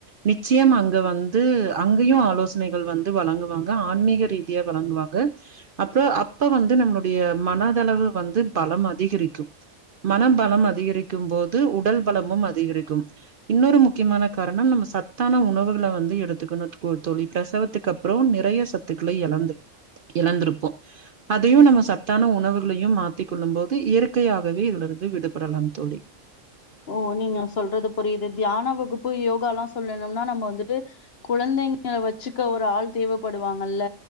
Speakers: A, on the right; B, on the left.
A: நிச்சயம் அங்க வந்து அங்கயு ஆலோசனைகள் வந்து வழங்குவாங்க ஆன்மீக ரீதியா வழங்குவாங்க அப்றோ அப்ப வந்து நம்முளுடைய மனதளவு வந்து பலம் அதிகரிக்கு மன பலம் அதிகரிக்கும் போது உடல் பலமும் அதிகரிக்கும் இன்னொரு முக்கியமான காரணம் நம்ம சத்தான உணவுகள வந்து எடுத்துக்கணு தோழி பிரசவத்துக்கு அப் ப்றோ நிறைய சத்துக்கள யழந்து எழந்திருப்போ அதையு நம்ம சத்தான உணவுகளையு மா மாத்திக் கொள்ளும் போது இயற்கையாகவே இதுல இருந்து விடுபடலாம் தோழி
B: ஓ நீங்க சொல்றது புரியுது தியான வகுப்பு யோகால்லா சொல்லணும்னா நம்ம வந்துட்டு குழந்தைங்க வச்சுக்க ஒரு ஆள் தேவப்படுவாங்கல்ல